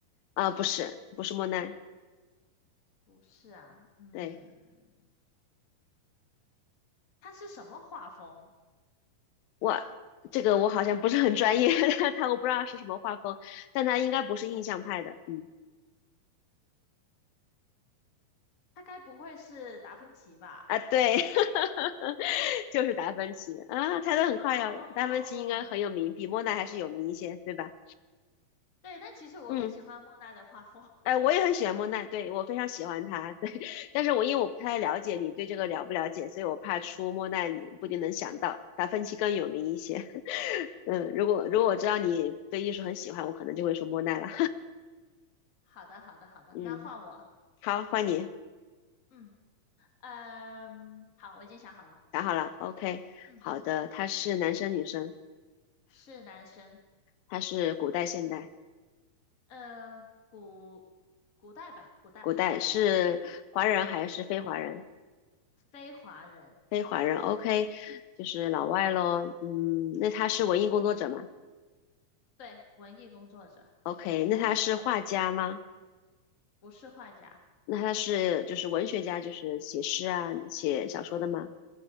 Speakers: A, on the left (about 80°); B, on the left (about 55°).
A: 啊，不是不是莫奈，
B: 不是啊，嗯，
A: 对
B: 他是什么画风？
A: 我这个我好像不是很专业，<laughs> 他他我不知道是什么画风，但他应该不是印象派的，嗯
B: 他该不会是达芬奇吧？
A: 啊对，<laughs> 就是达芬奇啊，猜的很快哟，
B: 哦，
A: 达芬奇应该很有名，比莫奈还是有名一些，对吧？
B: 对，但其实我更喜欢莫奈的画风。
A: 嗯。
B: <laughs>
A: 哎，我也很喜欢莫奈，对，我非常喜欢他，对，<laughs> 但是我因为我不太了解你对这个了不了解，所以我怕出莫奈你不一定能想到，达芬奇更有名一些。<laughs> 嗯，
B: 嗯，
A: 如果如果我知道你对艺术很喜欢，我可能就会说莫奈了。
B: 好的，好的，
A: <laughs>
B: 好的，
A: 嗯，
B: 那换我。
A: 好，换你，
B: 嗯。嗯，好，我已经想好了，
A: 想好了，OK，
B: 嗯，
A: 好的，他是男生女生？
B: 是男生，
A: 他是古代现代？
B: 嗯，古古代吧，古代，
A: 古代是华人还是非华人？
B: 对，古代，非华人，
A: 非华人，OK，就是老外咯。嗯，那他是文艺工作者吗
B: 对，文艺工作者，
A: ？OK，那他是画家吗？
B: 不是画家，
A: 那他是就是文学家，就是写诗啊、写小说的吗？